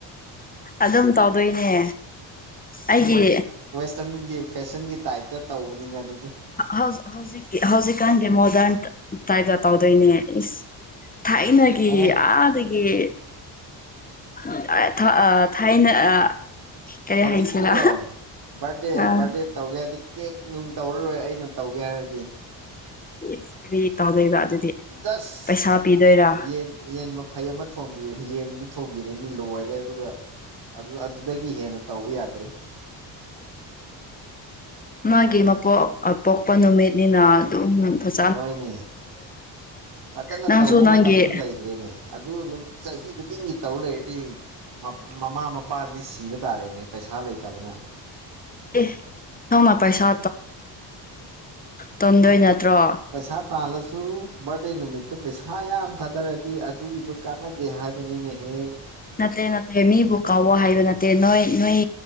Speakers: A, on the left; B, on the right.
A: ꯑꯗꯨꯝ ꯇꯧꯗꯣꯏꯅꯦ ꯑꯩꯒꯤ
B: ꯏꯁꯇꯔꯟꯒꯤ ꯐꯦꯁꯟꯒꯤ ꯇꯥꯏꯞꯇ ꯇꯧꯕꯅꯤꯅ ꯑꯗꯨꯅ
A: ꯍꯧ ꯍꯧꯖꯤꯛꯀꯤ ꯍꯧꯖꯤꯛꯀꯥꯟꯒꯤ ꯃꯣꯗꯔꯟ ꯇꯥꯏꯞꯒ ꯇꯧꯗꯣꯏꯅꯦ ꯏꯁ ꯊꯥꯏꯅꯒꯤ
B: ꯑꯦ
A: ꯑꯥꯗꯒꯤ <unintelligible> ꯊꯥꯏꯅ <unintelligible> ꯀꯔꯤ
B: ꯍꯧꯖꯤꯛꯀꯤꯗꯣ
A: ꯍꯥꯏꯁꯤꯔꯥ
B: ꯕꯥꯔꯗꯦ
A: ꯑꯥ
B: ꯕꯥꯔꯗꯦ ꯇꯧꯒꯦ ꯍꯥꯏꯔꯗꯤ ꯀꯦꯛ ꯅꯨꯡ ꯇꯧꯔꯔꯣꯏ ꯑꯩꯅ ꯇꯧꯒꯦ ꯍꯥꯏꯔꯗꯤ
A: ꯏꯁ ꯀꯔꯤ ꯇꯧꯗꯣꯏꯕ ꯑꯗꯨꯗꯤ
B: ꯗꯁ
A: ꯄꯩꯁꯥ ꯄꯤꯗꯣꯏꯔꯥ
B: ꯌꯦꯟ ꯌꯦꯟ ꯃ ꯐꯩ ꯑꯃ ꯊꯣꯡꯕꯤꯔ ꯌꯦꯟꯗꯨ ꯊꯣꯡꯕꯤꯔꯅꯤ ꯂꯣꯏꯔꯦ ꯑꯗꯨꯒ ꯑꯗꯨ ꯑꯗꯨꯗꯒꯤ ꯍꯦꯟꯅ ꯇꯧꯕ ꯌꯥꯗ꯭ꯔꯦ
A: ꯃꯥꯒꯤ ꯃꯣꯛ ꯄꯣꯛꯄ ꯅꯨꯃꯤꯠꯅꯤꯅ ꯑꯗꯨꯝ ꯐꯖ
B: ꯍꯣꯏꯅꯦ ꯐꯖꯅ
A: ꯅꯪꯁꯨ
B: ꯇꯧꯕ
A: ꯅꯪꯒꯤ
B: ꯃꯇꯝꯁꯨ ꯂꯩꯈ꯭ꯔꯦꯅꯦ ꯑꯗꯨ ꯆꯍꯤ ꯈꯨꯗꯤꯡꯒꯤ ꯇꯧ ꯂꯩꯔꯗꯤ ꯃꯃꯥ ꯃꯄꯥꯗꯤ ꯁꯤꯕ ꯇꯥꯔꯦꯅꯦ ꯄꯩꯁꯥ ꯂꯩꯇꯕꯅ
A: ꯑꯦ ꯅꯧꯅ ꯄꯩꯁꯥ ꯇꯟꯗꯣꯏ ꯅꯠꯇ꯭ꯔꯣ
B: ꯄꯩꯁꯥ ꯇꯥꯜꯂꯁꯨ ꯕꯥꯔꯗꯦ ꯅꯨꯃꯤꯠꯇ ꯄꯩꯁꯥ ꯌꯥꯝ ꯊꯥꯗꯔꯗꯤ ꯑꯗꯨꯒꯤꯗꯨ ꯀꯥꯟꯅꯗꯦ ꯍꯥꯏꯕꯅꯤꯅꯦꯍꯦ
A: ꯅꯠꯇꯦ ꯅꯠꯇꯦ ꯃꯤꯕꯨ ꯀꯥꯎꯋ ꯍꯥꯏꯕ ꯅꯠꯇꯦ ꯅꯣꯏ ꯅꯣꯏ